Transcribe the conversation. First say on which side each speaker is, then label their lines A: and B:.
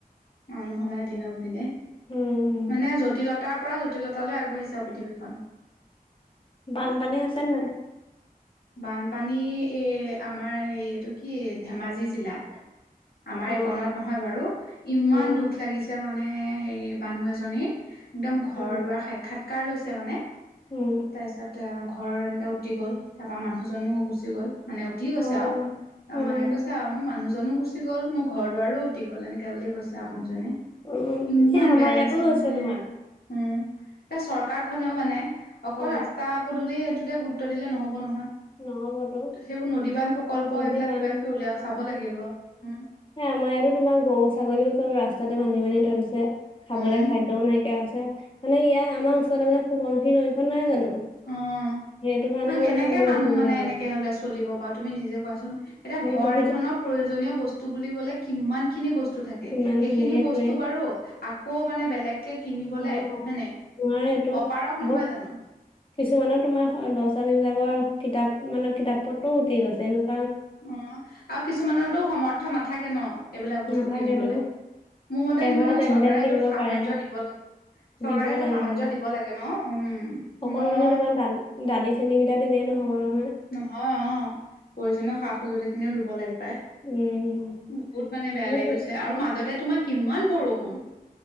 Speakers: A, on the left; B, on the left.
A: মানুহৰ মানে দিনক দিনে
B: উম
A: মানে জটিলতাৰ পৰা জটিলতাালৈ আগবাঢ়িছা আৰু পৃথিৱী
B: বানপানী হৈছে নাই
A: বানপানী এই আমাৰ হেৰি এইটো কি ধেমাজি জিলাত আমাৰ
B: অ
A: এককনত নহয় বাৰু ইমান
B: উম
A: দুখ লাগিছে মানে হেৰি মানুহ এজনী একদম ঘৰ
B: উম
A: দুৱাৰ সাক্ষাৎকাৰ লৈছে মানে
B: উম
A: তাৰপিছত ঘৰ এনেকৈ উটি গ'ল তাৰপৰা মানুহজনো গুচি গ'ল মানে উঠি
B: অ
A: গৈছে আৰু ত
B: উম
A: মাহে কৈছো আহ মোৰ মানুহজনো গুচি গ'ল মোৰ ঘৰত আৰুো উটি গ'ল এনেকাে বুলি কৈছ আৰু মানুহজনে
B: উম
A: ইমান
B: সেই আমাৰ
A: বেয়া
B: ইয়াতো
A: লাগিছে মানে
B: হৈছে তোমাৰ
A: উম এতিয়া চৰকাৰ খনেও মানে অকল
B: উম
A: ৰাস্তা পদূলি স তে গুৰুত্ব দিলে নহ'ব নহয়
B: নহ'বতো
A: সেইবোৰ নদীবান প্ৰকল্প
B: নদী
A: সেইবিলাক
B: বান্ধ
A: কিবা কিবি উলিয়া চাব লাগিব উম
B: স আমাৰ ইয়াতো তোমাৰ গৰু ছাগলীবোৰ চব ৰাস্তাতে বান্ধি বানি ধৰিছে খাবলৈ
A: উম
B: খাদ্্যও নাইকিয়া আছে মানে ইয়াৰ আমাৰ ওচৰতে মানে সুবনশী নৈখন নাই জানো
A: অ
B: সেইটো কাৰণে
A: কেনেকে
B: মানে অলপ
A: মানুহ
B: অসুবিধা
A: হলে
B: হয়।
A: চলিব তুি নিজে কোন এতিৰ এ
B: সেইটো কিছু
A: প্ৰয়ো ব কিমান খিন বস্তু থে
B: কিমান
A: সেইখিনি
B: খিনি সেইটোৱে
A: বস্তু বাৰু আকৌ মানে বেগ কিনিবলে
B: অ
A: হয়নে
B: নোৱাৰেটো
A: অপাৰক
B: আকৌ
A: নহয় জানো?
B: কিছুমানৰ তোমাৰ ল'ৰা-ছোৱালী বিলাকক কিতাপ মানে কিতাপ পত্ৰও দি আছে ন
A: অ আৰু কিছুমানৰতো সমৰ্থ নাথাকে ন এইবিলাক বস্তু
B: নাথাকেতো
A: কিনিবলে। মোৰ মতে
B: এবাৰ
A: কিন্তু মানে
B: যেন
A: চৰকাৰে
B: তেন কিনিব
A: এইটোত সাহাৰ্য্য
B: পাৰেহে
A: দিব লাগে। চৰকাৰে
B: দিব
A: এইটো
B: লাগে
A: সাহাৰ্য
B: আমাৰ।
A: দিব লাগে ন, উম
B: অকল
A: মই
B: মানে তোমাৰ দালি দালি চেনী কেইটা দিলেই নহব ন,
A: নহয় অ প্ৰয়োজনীয় সা-সজুলিখিনিও দিব লাগে।
B: উম,
A: বহুত মানে বেয়া
B: সেইটো
A: লাগি গৈছে আৰু মাজতে তোমাৰ কিমান বৰষুণ।